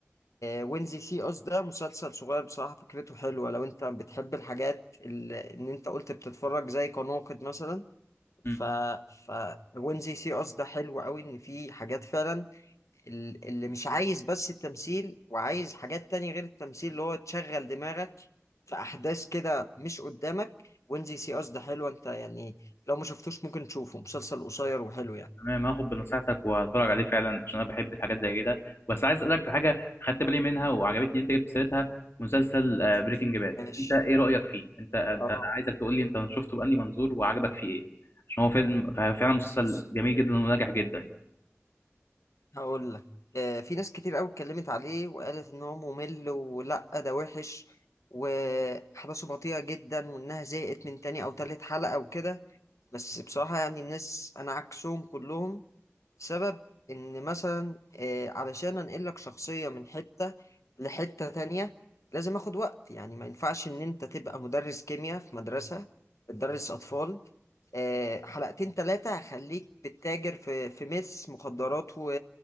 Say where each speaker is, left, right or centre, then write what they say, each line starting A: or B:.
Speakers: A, on the left; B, on the left.
A: وينزي سي اس ده مسلسل صغير بصراحة فكرته حلوة لو انت بتحب الحاجات اللي ان انت قلت بتتفرج زي كناقد مثلا
B: م.
A: ف ف وينزي سي اس ده حلو قوي ان في حاجات فعلا ال- اللي مش عايز بس التمثيل وعايز حاجات تانية غير التمثيل اللي هو تشغل دماغك في أحداث كده مش قدامك وينزي سي أس ده حلو أنت يعني لو ما شفتوش ممكن تشوفه مسلسل قصير وحلو يعني
B: تمام هاخد بنصيحتك وهتفرج عليه فعلا عشان انا بحب الحاجات زي كده بس عايز اسالك في حاجه خدت بالي منها وعجبتني إن انت جبت سيرتها مسلسل بريكنج باد
A: ماشي
B: انت ايه رايك فيه انت انت
A: اه
B: أنا عايزك تقول لي انت شفته بأني منظور وعجبك فيه ايه عشان هو فيلم فعلا مسلسل
A: بص
B: جميل جدا وناجح جدا يعني.
A: هقول لك آه في ناس كتير قوي اتكلمت عليه وقالت إن هو ممل ولا ده وحش وأحداثه بطيئة جدا وإنها زهقت من تاني أو تالت حلقة وكده بس بصراحة يعني الناس أنا عكسهم كلهم سبب ان مثلا آه، علشان انقل لك شخصية من حتة لحتة تانية لازم اخد وقت يعني ما ينفعش ان انت تبقى مدرس كيمياء في مدرسة بتدرس اطفال آه، حلقتين ثلاثة هخليك بتتاجر في في مس مخدرات و...